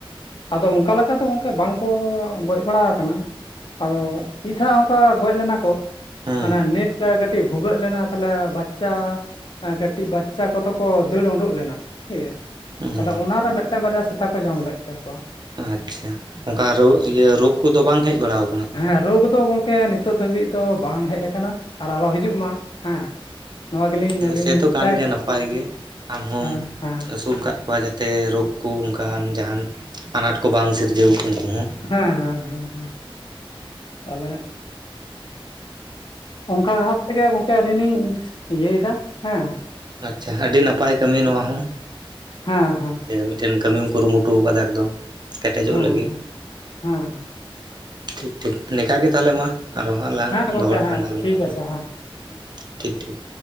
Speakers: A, on the left (about 60°); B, on the right (about 50°).
A: ᱟᱫᱚ ᱚᱱᱠᱟ ᱞᱮᱠᱟ ᱞᱮᱠᱟᱛᱮ ᱜᱚᱝᱠᱮ ᱵᱟᱝᱠᱚ ᱜᱚᱡ ᱵᱟᱲᱟ ᱟᱠᱟᱱᱟ ᱟᱫᱚ ᱢᱤᱫ ᱫᱷᱟᱣ ᱚᱱᱠᱟ ᱜᱚᱡ ᱞᱮᱱᱟ ᱠᱚ
B: ᱦᱩᱸ
A: ᱢᱟᱱᱮ ᱱᱮᱴ ᱨᱮ ᱠᱟᱹᱴᱤᱡ ᱵᱷᱩᱜᱟᱹᱜ ᱞᱮᱱᱟ ᱛᱟᱦᱞᱮ ᱵᱟᱪᱪᱟ ᱠᱟᱹᱴᱤᱡ ᱵᱟᱪᱪᱟ ᱠᱚᱫᱚ ᱠᱚ ᱫᱟᱹᱲ ᱩᱰᱩᱠ ᱞᱮᱱᱟ ᱦᱷᱤᱠ ᱜᱮᱭᱟ ᱾
B: ᱦᱩᱸ
A: ᱛᱟᱦᱞᱮ ᱚᱱᱟᱨᱮ ᱢᱤᱫᱴᱮᱱ ᱵᱟᱨᱭᱟ ᱥᱮᱛᱟ ᱠᱚ ᱡᱚᱢ ᱞᱮᱫ ᱛᱟᱠᱚᱣᱟ ᱾
B: ᱟᱪᱪᱷᱟ ᱚᱱᱠᱟ ᱨ ᱤᱭᱟᱹ ᱨᱳᱜᱽ ᱠᱚᱫᱚ ᱵᱟᱝ ᱦᱮᱡ ᱵᱟᱲᱟ ᱟᱠᱟᱱᱟ ᱾
A: ᱦᱮᱸ ᱨᱳᱜᱽ ᱫᱚ ᱜᱚᱝ ᱜᱚᱢᱠᱮ ᱱᱤᱛᱚᱜ ᱫᱷᱟᱹᱵᱤᱡ ᱫᱚ ᱵᱟᱝ ᱦᱮᱡ ᱟᱠᱟᱱᱟ ᱟᱨ ᱟᱞᱚ ᱦᱤᱡᱩᱜ ᱢᱟ ᱦᱮᱸ ᱱᱚᱣᱟ ᱜᱮᱞᱤᱧ ᱟᱹᱞᱤᱧ
B: ᱥᱮᱛᱚ
A: ᱞᱤᱧ
B: ᱠᱟᱱ
A: ᱪᱟᱭᱟ
B: ᱜᱮᱭᱟ ᱱᱟᱯᱟᱭ ᱜᱮ ᱟᱢ ᱦᱚᱢ
A: ᱦᱮᱸ ᱦᱮᱸ
B: ᱟᱹᱥᱩᱞ ᱠᱟᱜ ᱟᱠᱣᱟᱜ ᱡᱟᱛᱮ ᱨᱳᱜᱽ ᱠᱚ ᱚᱱᱠᱟᱱ ᱡᱟᱦᱟᱱ ᱟᱱᱟᱴ ᱠᱚ ᱵᱟᱝ ᱥᱤᱨᱡᱟᱹᱣ ᱩᱱᱠᱩ ᱦᱚᱸ ᱾
A: ᱦᱮᱸ ᱦᱮᱸ ᱦ ᱛᱟᱦᱚᱞᱮ ᱚᱱᱠᱟ ᱵᱷᱟᱵ ᱛᱮᱜᱮ ᱜᱚᱝᱠᱮ ᱟᱹᱞᱤᱧ ᱞᱤᱧ ᱤᱭᱟᱹᱭᱮᱫᱟ ᱦᱮᱸ
B: ᱟᱪᱪᱷᱟ ᱟᱹᱰᱤ ᱱᱟᱯᱟᱭ ᱠᱟᱹᱢᱤ
A: ᱦᱮᱸ
B: ᱱᱚᱣᱟ ᱦᱚᱸ
A: ᱦᱮᱸ ᱦᱮᱸ
B: ᱡᱮ ᱢᱤᱫ ᱪᱤᱱᱛᱟᱹᱢᱮᱢ ᱠᱩᱨᱩᱢᱩᱴᱩ ᱠᱟᱫᱟ ᱮᱠᱫᱚᱢ ᱠᱮᱴᱮᱡᱚᱜ
A: ᱦᱮᱸ
B: ᱞᱟᱹᱜᱤᱫ
A: ᱦᱮᱸ
B: ᱾
A: ᱦᱮᱸ
B: ᱴᱷᱤᱠ ᱴᱷᱤᱠ ᱱᱤᱝᱠᱮ ᱛᱟᱦᱞᱮ ᱢᱟ ᱟᱨᱚ ᱦᱟᱸᱜ ᱞᱟᱝ
A: ᱦᱮᱸ ᱜᱚᱝᱠᱮ
B: ᱫᱚᱦᱚᱲᱟ
A: ᱦᱮᱸ
B: ᱞᱟᱝ ᱜᱟᱞᱢᱟᱨᱟᱣ
A: ᱴᱷᱤᱠ
B: ᱦᱟᱸᱜ
A: ᱟᱪᱷᱮ ᱦᱮᱸ
B: ᱾ ᱴᱷᱤᱠ ᱴᱷᱤᱠ